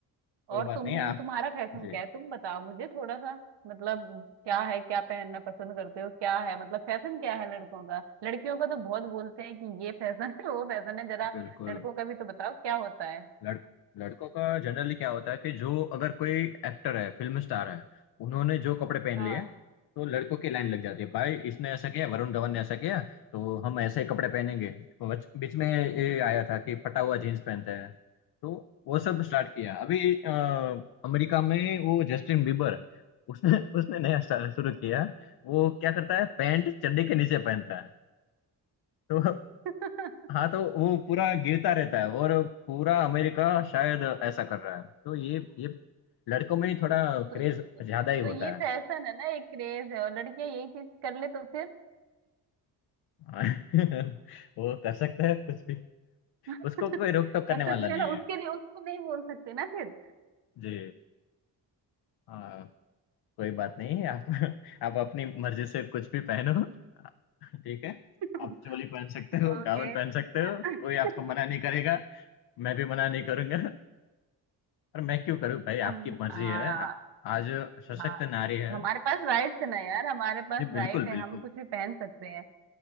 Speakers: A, on the left; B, on the right.
A: कोई
B: और
A: बात
B: तुम
A: नहीं आप
B: तुम्हारा फैशन
A: जी
B: क्या है तुम बताओ मुझे थोड़ा सा मतलब क्या है क्या पहनना पसंद करते हो क्या है मतलब फैशन क्या है लड़कों का लड़कियों का तो बहुत बोलते हैं कि ये फैशन है <laughs> वो फैशन है जरा
A: बिल्कुल
B: लड़कों का भी तो बताओ क्या होता है
A: लड़ लड़कों का जनरली क्या होता है कि जो अगर कोई एक्टर है फिल्म स्टार है उन्होंने जो कपड़े पहन
B: हाँ
A: लिए तो लड़कों की लाइन लग जाती है भाई इसने ऐसा किया वरुण धवन ने ऐसा किया तो हम ऐसे ही कपड़े पहनेंगे बच- बीच में ये आया था कि फटा हुआ जीन्स पहनते हैं तो वो सब स्टार्ट किया अभी अ, अमेरिका में वो जस्टिन बीबर उसने उसने नया स्टाइल शुरू किया वो क्या करता है पैंट चड्डी के नीचे पहनता है तो
B: <laughs>
A: हाँ तो वो पूरा गिरता रहता है और पूरा अमेरिका शायद ऐसा कर रहा है तो ये ये लड़कों में ही थोड़ा
B: तो
A: क्रेज
B: ये
A: ज्यादा ही होता
B: तो ये
A: है
B: फैशन है ना एक क्रेज है और लड़कियां यही चीज कर ले तो फिर
A: <laughs> वो कर सकता है कुछ भी
B: <laughs>
A: उसको कोई रोक
B: कर
A: टोक करने
B: सकते
A: वाला नहीं
B: हैं ना
A: है
B: उसके लिए उसको नहीं बोल सकते ना फिर
A: जी हाँ कोई बात नहीं है आप आप अपनी मर्जी से कुछ भी पहनो ठीक है आप
B: <laughs>
A: चोली पहन सकते हो
B: ओके
A: गाउन पहन सकते हो
B: <laughs>
A: कोई आपको मना नहीं करेगा मैं भी मना नहीं करूंगा और मैं क्यों करूँ भाई
B: हाँ
A: आपकी मर्जी है आ- आज सशक्त
B: हाँ
A: नारी है
B: हमारे पास राइट्स है ना यार हमारे पास
A: जी बिल्कुल
B: राइट है
A: बिल्कुल
B: हम कुछ भी पहन सकते हैं